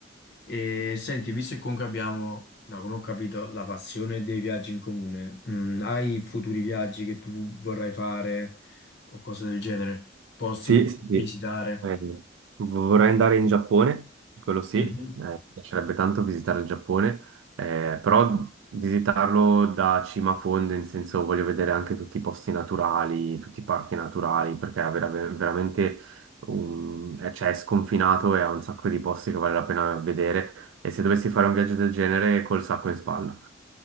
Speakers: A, on the left; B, on the right.
A: E senti, visto che comunque abbiamo, da come ho capito, la passione dei viaggi in comune, mm, hai futuri viaggi che tu vorrai fare o cose del genere? Posti
B: Sì,
A: che vuoi
B: sì, sì.
A: visitare?
B: Eh, vorrei andare in Giappone, quello sì,
A: Mhm.
B: eh, mi piacerebbe tanto visitare il Giappone, eh, però visitarlo da cima a fondo, in senso voglio vedere anche tutti i posti naturali, tutti i parchi naturali, perché è vera- veramente un- eh, cioè, è sconfinato e ha un sacco di posti che vale la pena vedere. E se dovessi fare un viaggio del genere, col sacco in spalla.